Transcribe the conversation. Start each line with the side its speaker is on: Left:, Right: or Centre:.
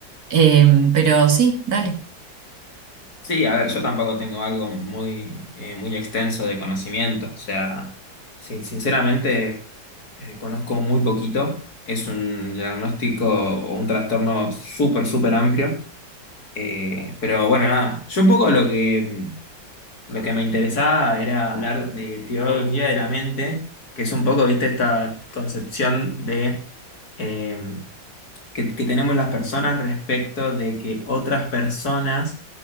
Right: Em, pero sí, dale.
Left: Sí, a ver, yo tampoco tengo algo muy, eh, muy extenso de conocimiento, o sea, sin- sinceramente eh, conozco muy poquito, es un diagnóstico o un trastorno súper, súper amplio, eh, pero bueno, nada, yo un poco lo que... Lo que me interesaba era hablar de teoría de la mente, que es un poco, viste, esta concepción de eh, que, que tenemos las personas respecto de que otras personas